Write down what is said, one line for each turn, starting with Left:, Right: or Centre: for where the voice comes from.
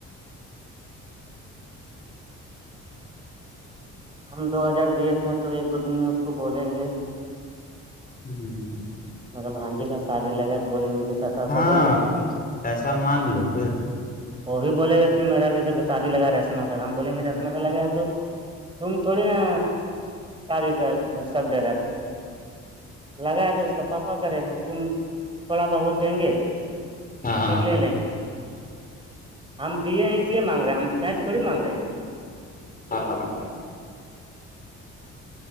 Right: ہم دو ہزار دیے تھے تو ایک دو دن میں اس کو بولیں گے
Left: <unintelligible>
Right: مطلب بانجی کا شادی لگا تو بولیں گے کہ پیسہ ویسا
Left: ہاں
Right: دیں گے
Left: پیسہ مانگ لو پھر
Right: وہ بھی بولے گا کہ میرا بھی ادھر شادی لگا رشمہ کا ہم بولیں گے رشما کا لگایا تو تم تھوڑی نا کاری کر سب د رہ <unintelligible> لگایا تو اس کا پاپا کرے گا تم تھوڑا بہت دیں گے
Left: ہاں ہاں
Right: پھر
Left: ہاں
Right: لے
Left: <inaudible>
Right: لیں ہم دیے ہیں اس لیے مانگ رہے ہیں ہم پینچ تھوڑی مانگ رہے ہیں <unintelligible>
Left: ہاں ہاں ہاں <unintelligible>